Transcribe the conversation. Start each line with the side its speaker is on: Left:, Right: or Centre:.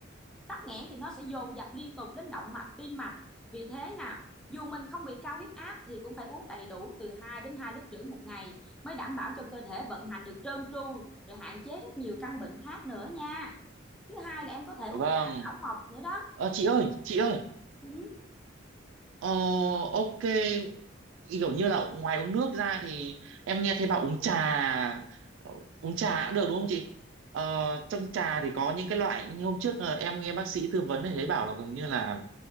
Centre: tắc nghẽn thì nó sẽ dồn dập liên tục đến động mạch tim mạch vì thế nè dù mình không bị cao huyết áp thì cũng phải uống đầy đủ từ 2 đến 2 lít rưỡi một ngày mới đảm bảo cho cơ thể vận hành được trơn tru rồi hạn chế rất nhiều căn bệnh khác nữa nha thứ hai là em có thể
Right: Vâng.
Centre: uống trà thảo mộc nữa đó
Right: Ờ, chị ơi, chị ơi,
Centre: Ừ.
Right: Ờ, ok. Kiểu như là ngoài uống nước ra thì em nghe thấy bảo uống trà, ờ, uống trà cũng được đúng không chị? Ờ, trong trà thì có những cái loại như hôm trước ờ, em nghe bác sĩ tư vấn thì thấy bảo là gần như là